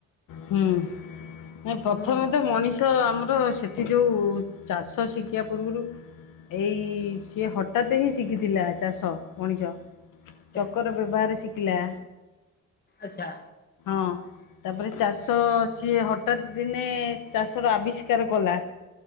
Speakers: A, on the left; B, on the left.
A: ହୁଁ ପ୍ରଥମେ
B: ହୁଁ
A: ତ ମଣିଷ ଆମର ସେ ସେ ଯେଉଁ ଚାଷ ଶିଖିବା ପୂର୍ବରୁ ଏଇ ସିଏ ହଠାତ୍ ହିଁ ଶିଖିଥିଲା ଚାଷ ମଣିଷ।
B: ଆଚ୍ଛା
A: ଚକର ବ୍ୟବହାର ଶି କିଲା
B: ଆଚଛା
A: ହଁ ତାପରେ ଚାଷ ସି ହଠାତ ଦିନେ ଚାଷର ଆବିଷ୍ ବିଷ୍କାର